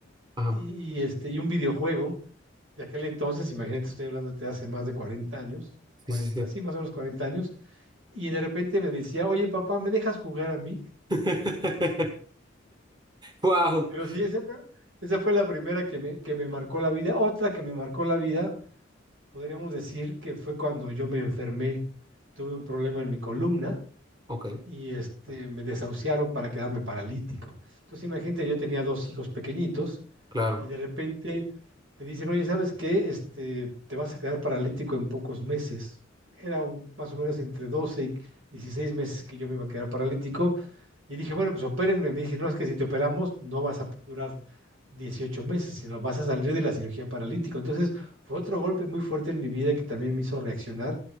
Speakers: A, on the right; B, on the right.
A: ah,
B: y, y, este, y un videojuego de aquel entonces, imagínate, estoy hablando de hace más de 40 años,
A: sí,
B: 40
A: sí, sí.
B: sí, más o menos 40 años, y de repente me decía, oye papá, ¿me dejas jugar a mí?
A: <laughs> Wow.
B: Pero sí, esa fue, esa fue la primera que me, que me marcó la vida. Otra que me marcó la vida, podríamos decir que fue cuando yo me enfermé, tuve un problema en mi columna
A: Ok,
B: y este, me desahuciaron para quedarme paralítico. Entonces, imagínate, yo tenía dos hijos pequeñitos
A: claro,
B: y de repente te dicen, oye, ¿sabes qué? Este, te vas a quedar paralítico en pocos meses. Era un, más o menos entre 12 y 16 meses que yo me iba a quedar paralítico. Y dije, bueno, pues opérenme. Me dije, no, es que si te operamos no vas a durar 18 meses, sino vas a salir de la cirugía paralítico. Entonces fue otro golpe muy fuerte en mi vida que también me hizo reaccionar